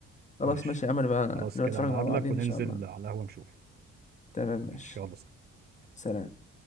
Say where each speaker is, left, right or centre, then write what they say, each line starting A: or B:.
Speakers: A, on the left; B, on the right.
A: خلاص
B: ماشي
A: ماشي يا عمرو بقى نبقى
B: خلاص كده
A: نتفرج
B: بقابلك
A: مع بعضين
B: وننزل
A: ان شاء الله
B: على القهوة نشوف
A: تمام ماشي
B: ماشي يلا سلام.
A: سلام